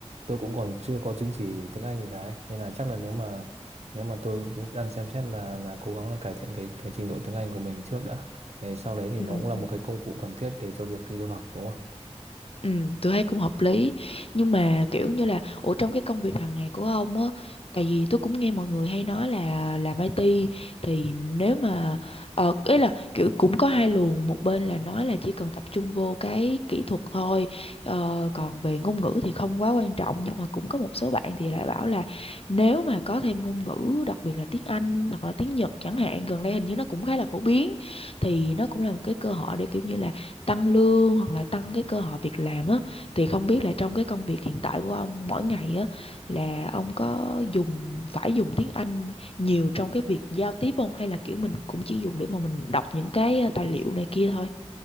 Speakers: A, on the right; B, on the left.
A: tôi cũng còn chưa có chứng chỉ tiếng Anh gì cả ấy. nên là chắc là nếu mà nếu mà tôi cũng đang xem xét là là cố gắng là cải thiện cái cái trình độ tiếng Anh của mình trước đã Thế sau đấy thì
B: Ừ.
A: nó
B: Ừ.
A: cũng là một cái công cụ cần thiết để cho việc đi du học đúng không?
B: Ừ, tôi thấy cũng hợp lý nhưng mà kiểu như là ủa trong cái công việc hàng ngày của ông á tại vì tôi cũng nghe mọi người hay nói là làm IT thì nếu mà ờ ý là kiểu cũng có hai luồng một bên là nói là chỉ cần tập trung vô cái kỹ thuật thôi ờ, còn về ngôn ngữ thì không quá quan trọng nhưng mà cũng có một số bạn thì lại bảo là nếu mà có thêm ngôn ngữ đặc biệt là tiếng Anh hoặc là tiếng Nhật chẳng hạn gần đây hình như nó cũng khá là phổ biến thì nó cũng là một cái cơ hội để kiểu như là tăng lương hoặc là tăng cái cơ hội việc làm á thì không biết là trong cái công việc hiện tại của ông mỗi ngày á là ông có dùng phải dùng tiếng Anh nhiều trong cái việc giao tiếp không hay là kiểu mình cũng chỉ dùng để mà mình đọc những cái ờ, tài liệu này kia thôi